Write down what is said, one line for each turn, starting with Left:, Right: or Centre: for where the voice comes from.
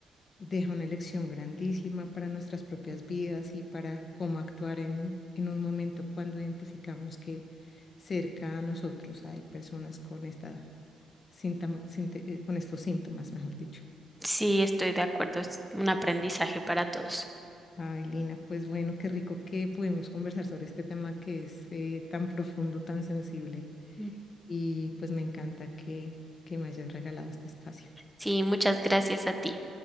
Left: deja una lección grandísima para nuestras propias vidas y para cómo actuar en, en un momento cuando identificamos que cerca a nosotros hay personas con esta síntamo- sinte- eh, con estos síntomas, mejor dicho.
Centre: Sí, estoy de acuerdo, es un aprendizaje para todos.
Left: Ay, Lina, pues bueno, qué rico que pudimos conversar sobre este tema que es eh, tan profundo, tan sensible
Centre: Mm.
Left: y pues me encanta que, que me hayas regalado este espacio.
Centre: Sí, muchas gracias a ti.